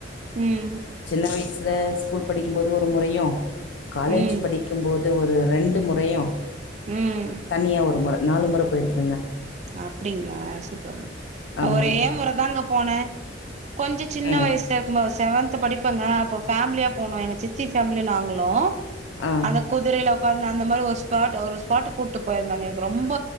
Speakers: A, on the right (about 40°); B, on the left (about 75°).
A: ம்
B: சின்ன வயசில ஸ்கூல் படிக்கும்போது ஒரு முறையு காலேஜ்
A: ம்
B: படிக் கும் போது ஒரு ரெண்டு முறையு
A: ம்
B: தனியா ஒரு முற நாலு முற போயிருக்கங்க
A: அப்டிங்ளா சூப்பர்ங்க நா
B: ஆமாங்க.
A: ஒரே முறதாங்க போன கொஞ்ச சின்ன
B: ம்.
A: வயசு த இருக்கும்போது செவன்த் படிப்பங்க அப்ப ஃபேமிலியா போனோ எங்க சித்தி ஃபேமிலி நாங்களு
B: ஆ.
A: அந்த குதிரைல உக்காந்து அந்த மாரி ஒரு ஸ்பாட் ஒரு ஸ்பாட் கூட்டு போய்ருந்தாங்க எனக்கு ரொம்ப